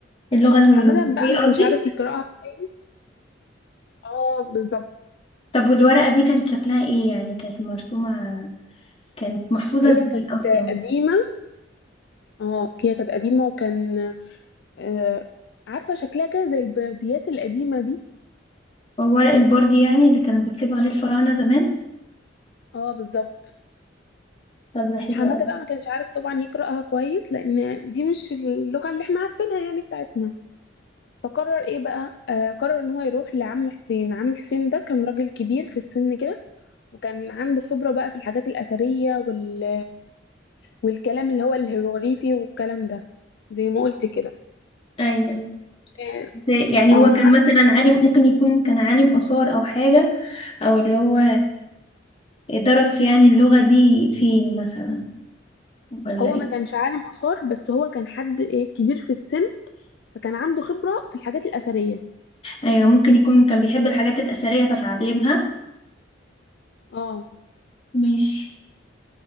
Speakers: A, on the left; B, on the left.
A: اللغة الهروبية
B: حمادة بقى ما
A: قصدي
B: كانش عارف يقرأها كويس اه بالظبط
A: طب والورقة دي كانت شكلها ايه يعني كانت مرسومة كانت محفوظة
B: هي
A: ازاي
B: كانت
A: اصلا
B: قديمة اه هي كانت قديمة وكان آه، عارفة شكلها كده زي البرديات القديمة دي
A: هو ورق البوردي يعني اللي كانوا بيكتبوا عليه الفراعنة زمان
B: اه بالظبط
A: طب ده حلو
B: حمادة
A: قوي
B: بقى ما كانش عارف طبعا يقرأها كويس لأن دي مش اللغة اللي احنا عارفينها يعني بتاعتنا فقرر ايه بقى آه قرر ان هو يروح لعم حسين عم حسين ده كان راجل كبير في السن كده وكان عنده خبرة بقى في الحاجات الأثرية وال... والكلام اللي هو الهيروغليفي والكلام ده زي ما قلت كده
A: ايوه
B: إيه،
A: بس يعني
B: اه
A: هو كان مثلا عالم ممكن يكون كان عالم آثار أو حاجة أو اللي هو درس يعني اللغة دي فين مثلا ولا
B: هو
A: إيه
B: ما كانش عالم آثار بس هو كان حد ايه كبير في السن فكان عنده خبرة في الحاجات الأثرية
A: أيوة ممكن يكون كان بيحب الحاجات الأثرية فتعلمها
B: اه
A: ماشي